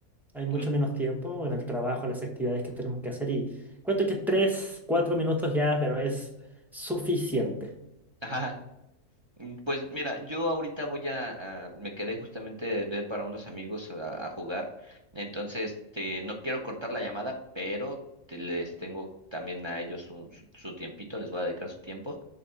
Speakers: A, in the centre; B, on the right.
A: Hay mucho
B: Ujú.
A: menos tiempo en el trabajo, en las actividades que tenemos que hacer y cuento que tres, cuatro minutos ya, pero es suficiente.
B: Ajá. Mm, Pues mira, yo ahorita voy a, a- me quedé justamente de ver para unos amigos a, a jugar, entonces este, no quiero cortar la llamada, pero te- les tengo también a ellos un- su, su tiempito, les voy a dedicar su tiempo